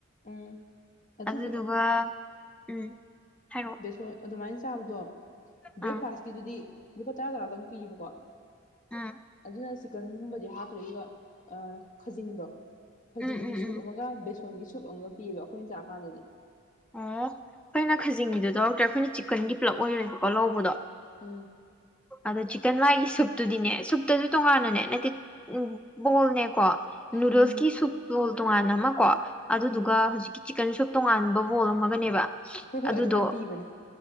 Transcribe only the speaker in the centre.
ꯑꯗꯨꯗꯨꯒ ꯎꯝ ꯍꯥꯏꯔꯛꯑꯣ
ꯑꯥ
ꯎꯝ
ꯎꯝ ꯎꯝ
ꯎꯝ
ꯑꯣ ꯑꯩꯈꯣꯏꯅ ꯈꯖꯤꯡꯒꯤꯗꯣ ꯇꯧꯔꯛꯇꯔ ꯑꯩꯈꯣꯏꯅ ꯆꯤꯛꯀꯟꯒꯤ ꯄꯨꯂꯞ ꯑꯣꯏꯔꯦꯕꯀꯣ ꯂꯧ ꯕꯗꯣ
ꯑꯗꯣ ꯆꯤꯛꯀꯟ ꯃꯥꯒꯤ ꯁꯨꯞꯇꯨꯗꯤꯅꯦ ꯁꯨꯞꯇꯗꯤ ꯇꯣꯉꯥꯟꯅꯅꯦ ꯅꯠꯇꯦ ꯕꯣꯜꯅꯦꯀꯣ ꯅꯨꯗꯜꯁꯀꯤ
ꯁꯨꯞ ꯕꯣꯜ ꯇꯣꯉꯥꯟꯅ ꯑꯃꯀꯣ ꯑꯗꯨꯗꯨꯒ
ꯍꯧꯖꯤꯛꯀꯤ ꯆꯤꯛꯀꯟ ꯁꯨꯞ ꯇꯣꯉꯥꯟꯕ ꯕꯣꯜ ꯑꯃꯒꯅꯦꯕ
ꯑꯗꯨꯗꯣ